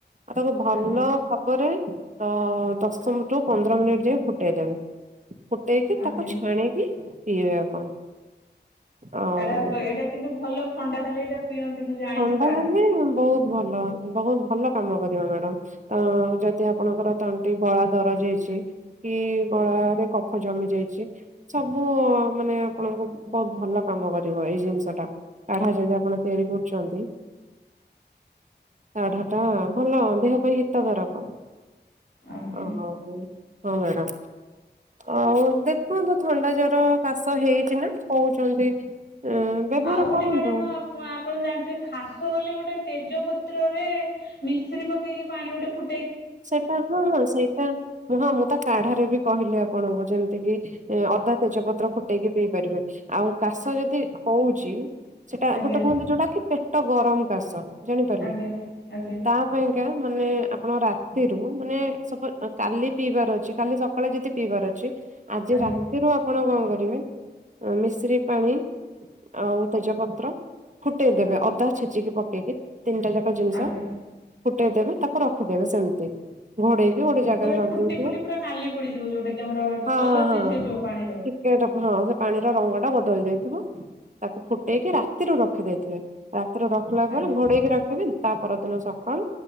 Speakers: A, on the right; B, on the left.
A: ଆଉ ତାକୁ ଭଲ
B: ଆଜ୍ଞା
A: ତ ଦଶ ରୁ ପନ୍ଦର ମିନିଟ ଯାଏ ଫୁଟେଇଦବେ। ଫୁଟେଇକି ତାକୁ
B: ଆଜ୍ଞା।
A: ଛାଣିକି ପିଇବେ ଆପଣ? ଆଉ
B: ଏଇଟା ଏଇଟା କିନ୍ତୁ ଭଲ ଥଣ୍ଡା ହେଲେ ଏଇଟା ପିଅନ୍ତି ମୁଁ ଜାଣିଛି
A: ଥଣ୍ଡା
B: କାଢା।
A: ହେଲେ, ବହୁତ ଭଲ। ବହୁତ ଭଲ। କାମ କରିବ ମ୍ୟାଡମ ତ ଯଦି ଆପଣଙ୍କର ତଣ୍ଟି ଗଳା ଦରଜ ହେଇଛି କି ଗଳାରେ କଫ ଜମି ଯାଇଛି। ସବୁ ମାନେ ଆପଣଙ୍କୁ ବହୁତ ଭଲ କାମ କରିବ। ହୁଁ ଏଇ ଜିନିଷ ଟା କାଢା ଯଦି ଆପଣ ତିଆରି କରୁ। ଜଲ୍ଦି <inaudible> କାଢା ଟା ଭଲ। ଦେହ ପାଇଁ ହିତକାରକ।
B: ଆଜ୍ଞା।
A: ହଁ, ହଁ ମ୍ୟାଡ଼ାମ୍ ଆଉ। ଦେଖନ୍ତୁ ଥଣ୍ଡା ଜର କାଶ ହେଇଛି ନା କହୁଛନ୍ତି। ଉଁ ବ୍ୟବହାର
B: ଆଉ ଗୋଟେ
A: କରନ୍ତୁ
B: ମ୍ୟାଡାମ ଆପଣ ଜାଣିଥିବେ? ଖାସ ହେଲେ ଗୋଟେ ତେଜ ପତ୍ରରେ ମିଶ୍ରି ପକେଇକି ପାଣି ଗୋଟେ ଫୁ
A: ସେଇଟା ହଁ। ସେଇଟା ହଁ ମୁଁ ତ କାଢାରେ ବି କହିଲି ଆ ଆପଣଙ୍କ ଯେମିତି କିି ଅଦା ତେଜପତ୍ର ଫୁଟେଇକି ପିଇ ପାରିବେ। ଆଉ କାଶ ଯଦି ହଉଛି। ସେଟା
B: ଆଜ୍ଞା।
A: ଗୋଟେ କୁହନ୍ତି ଯୋଉଟା କି ପେଟ ଗରମ କାସ। ଜାଣିପାରିଲେ
B: ଆଜ୍ଞା ଆଜ୍ଞା
A: ତା ପାଇଁକା ମାନେ ଆପଣ ରା ଏରୁ ମାନେ ସପଜ୍ କାଲି ପିଇବାର ଅଛି କାଲି ସକାଳେ ଯଦି ପିଇବାର ଅଛି। ଆଜି
B: ଆଜ୍ଞା
A: ରାତିରୁ ଆପଣ କଣ କରିବେ? ମିଶ୍ରି ପାଣି ଆଉ ତେଜପତ୍ର ଫୁଟେଇଦବେ ଅଦା। ଛେଚିକି ପକେଇବେ? ତିନିଟା ଯାକ ଜିନିଷ
B: ଆଜ୍ଞା।
A: ଫୁଟେଇଦବେ ତାକୁ ରଖିଦେବେ ସେମ୍ ଘୋଡେଇକି ଗୋଟେ ଜାଗାରେ
B: ପୁରା
A: ରଖିଦେଇଥିବେ।
B: ଫୁଟି ଫୁଟି ପୁରା ନାଲି ପଡିଯିବ ଯୋଉଟା କି ଆମର
A: <inaudible> ହଁ
B: କଲର
A: ହଁ
B: ଚେଞ୍ଜ ହେଇଯିବ ପାଣିର।
A: ଟିକେ ହଁ ସେ ପାଣିର ରଙ୍ଗ ଟା ବଦଳି ଯାଇଥିବ। ତାକୁ ଫୁଟେଇକି ରାତିରୁ ରଖି ଦେଇେଇଥିବେ ରା ତ୍ର ରଖିଲା
B: ଆଜ୍ଞା
A: ପରେ ଘୋଡେଇକି ରଖିବେ ତା ପରଦିନ ସକାଳୁ